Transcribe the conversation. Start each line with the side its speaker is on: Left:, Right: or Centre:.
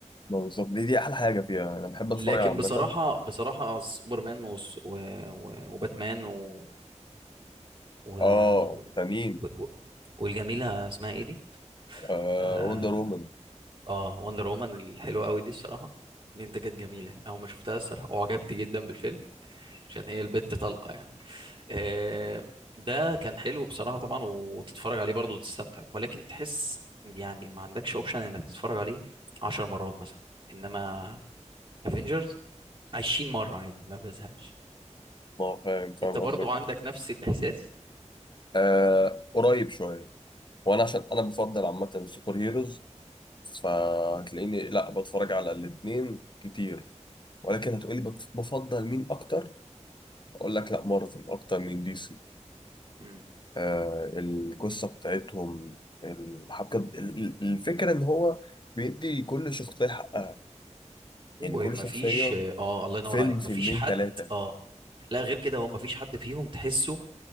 Left: ما وصل- دي دي أحلى حاجة فيها أنا بحب أتفرج
Right: لكن
Left: على عامة
Right: بصراحه بصراحه سوبرمان و... و... و- وباتمان و... و...
Left: اه
Right: و...
Left: تانيين
Right: و... والجميله اسمها ايه دي
Left: آه
Right: اه,
Left: وندر وومن
Right: آه وندر وومن الحلوه قوي دي الصراحه منتجات جميله او ما شفتها الصراحه وعجبت جدا بالفيلم عشان هي البت طلقه يعني آه، ده كان حلو بصراحة طبعا وتتفرج عليه برضه وتستمتع ولكن تحس يعني ما عندكش اوبشن انك تتفرج عليه عشر مرات مثلا انما افنجرز 20 مرة عادي ما بزهقش
Left: ما هو فاهم فاهم
Right: انت برضو
Left: قصدي
Right: عندك نفس الإحساس
Left: آه قريب شويه وانا عشان انا بفضل عامه سوبر هيروز فهتلاقيني لا بتفرج على الاثنين كتير ولكن هتقولي بت- بفضل مين اكتر اقول لك لا مارفل اكتر من دي سي
Right: مم.
Left: آه القصه بتاعتهم الحبكه ال- ال- الفكره ان هو بيدي كل شخصيه حقها
Right: ومفيش
Left: يعني كل شخصيه
Right: اه الله ينور
Left: فيلم
Right: عليك
Left: فيلمين
Right: مفيش حد
Left: ثلاثه
Right: اه لا غير كده هو مفيش حد فيهم تحسه